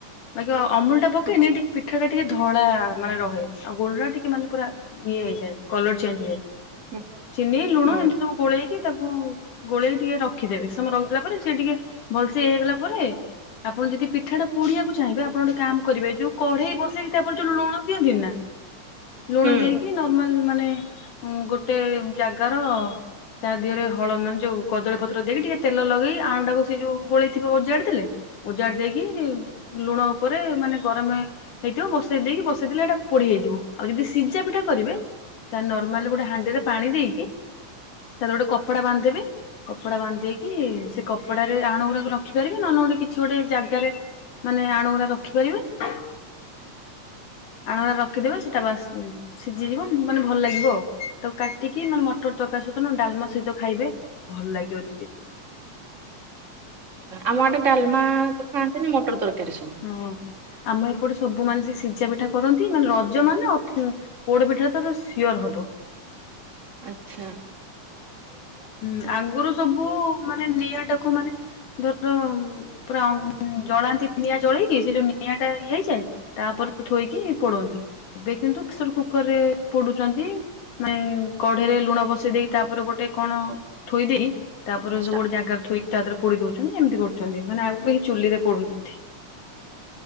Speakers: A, on the left; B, on the right.
A: ବାକି ଅମୁଲ ଟା ପକେଇନେ
B: ଆଚ୍ଛା
A: ଟିକେ ପିଠା ଟା ଟିକେ ଧଳା ମାନେ ରହେ। ଆଉ ଗୁଡ ଟା ଟିକେ ମାନେ ପୁରା ଇଏ ହେଇଯାଏ କଲର ଚେଞ୍ଜ ହେଇଯାଏ।
B: ହୁଁ
A: ଚିନି, ଲୁଣ
B: ହୁଁ
A: ଏମିତି ସବୁ ଗୋଳେଇକି ତାକୁ ଗୋଳେଇକି ଟିକେ ରଖ ରଖିଦେବେ। କିଛି ସମୟ ରଖିଥିଲା ପରେ ସିଏ ଟିକେ ଭଲସେ ଇଏ ହେଇଗଲା ପରେ ଆପଣ ଯଦି ପିଠା ଟା ପୋଡିବାକୁ ଚାହିଁବେ, ଆପଣ ଗୋଟେ କାମ କରିବେ ଯୋଉ କଢେଇ ବସେଇକି ତା ଆପଣ ଯୋଉ ଲଣ ଦିଅନ୍ତି ନା? ଲୁଣ
B: ହୁଁ
A: ଦେଇକି ନର୍ମାଲ ମାନେ ଉଁ ଗୋଟେ ଜାଗାର ତା ଦିହରେ ହଳ ମାନେ ଯୋଉ କଦଳୀ ପତ୍ର ତ୍ର ଦେଇକି ଟିକେ ତେଲ ଲଗେଇ ଆଣଟାକୁ ସେ ଯୋଉ ଗୋଳେଇଥିବ ଓଜାଡି ଦେଲେ, ଓଜାଡି ଦେଇକି ଲୁଣ ଉପରେ ମାନେ ଗରମ ହେଇଥିବ ବସେଇ ଦେଇକି ବସେଇଦେଲେ ହେଇଟା ପୋଡି ହେଇଯିବ। ଆଉ ଯଦି ସିଝା ପିଠା କରିବେ ତା ନର୍ମାଲି ଗୋଟେ ହାଣ୍ଡିରେ ପାଣି ଦେଇକି ତା ଦେହରେ ଗୋଟେ କପଡ଼ା ବାନ୍ଧି ଦେବେ। କପଡା ବାନ୍ଧଦେଇକି ସେ କପଡାରେ ଆଣ ଗୁଡାକୁ ରଖିପାରିବେ ନହେଲେ ଗୋଟେ କିଛି ଗୋଟେ ଜାଗାରେ ମାନେ ଆଣଗୁୁରା ରଖିପାରିବେ।
B: <inaudible>
A: ଆଣଗୁରା ରଖିଦେବେ। ସେଟା ବାସ ସିଝିଯିବ ମାନେ ଭଲ ଲାଗିବ ଆଉ। ତାକୁ କାଟିକି ମାନେ ମଟର ତରକାରୀ ସହିତ ଡାଲମା ସହିତ ଖାଇବେ। ଭଲ ଲାଗିବ ଦିଦି।
B: ଆମ ଆଡ଼େ ଡାଲମା ତ ଖାଆନ୍ତିନି ମଟର ତରକାରୀ ସବୁ।
A: ହଁ ଆମ ଏପଟେ ସବୁ ମାନେ ସେ ସିଝା ପିଠା କରନ୍ତି। ମାନେ ରଜ ମାନେ ଅ ପୋଡ ପିଠା ତର ସିଓର ହବ।
B: ଆଛା।
A: ହୁଁ ଆଗରୁ ସବୁ ମାନେ ନିଆଁଟାକୁ ମାନେ ଧର ପୁରା ଜଳାନ୍ତି ନିଆଁ ଜଳେଇକି ସେ ଯୋଉ ନିଆଁ ଟା ଇଏ ହେଇଯାଏ। ତା ପରେ ଥୋଇକି ପୋଡନ୍ତି। ଏବେ କିନ୍ତୁ ପ୍ରେସର କୁକରରେ ପୋଡୁଛନ୍ତି। ମାନେ କଢେରେ ଲୁଣ ବସେଇ ଦେଇ ତାପରେ ଗୋଟେ କଣ ଥୋଇଦେଇ ତା ପରେ
B: ଷ୍ଟା-
A: ସେ ଗୋଟେ ଜାଗାରେ ଥୋଇ ତା ଦେହରେ ପୋଡି ଦଉଛନ୍ତି। ଏମିତି କରୁଛନ୍ତି ମାନେ ଆଉ କେଇ ଚୁଲିରେ ପୋଡୁନାହାନ୍ତି।